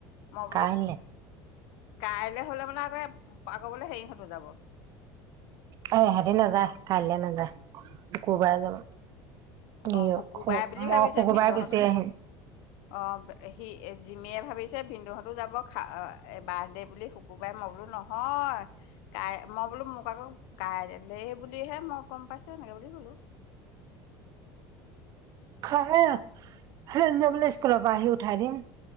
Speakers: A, on the left; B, on the right.
A: মই বোলোঁ
B: কাইলে
A: কাইলে হলে মানে য়ে পাৰকৰিবলে হেৰি হেতৰ যাব
B: সেই হেতি নেযায় কাইলে নেযায় শুকুৰবাৰে যাব।
A: অ
B: ই
A: শুকুবাই বুলি
B: মই
A: ভাবিছে
B: শুকুৰবাৰে
A: ভিনদেউহতো
B: গুচি আহিম
A: অ সি জিমিয়ে ভাবি ছে ভিনদেউহঁতো যাব খা অ বাৰ্থডে বুলি শুকুৰবাৰে মই কলোঁ নহয় কাই মই বোলো মোক আকৌ কাইলে বুলিহে মই গম পাইছো। এনেকে বুলি কলোঁ।
B: খাইে হ বোলে স্কুলৰ পৰা আহি উঠাই দিম।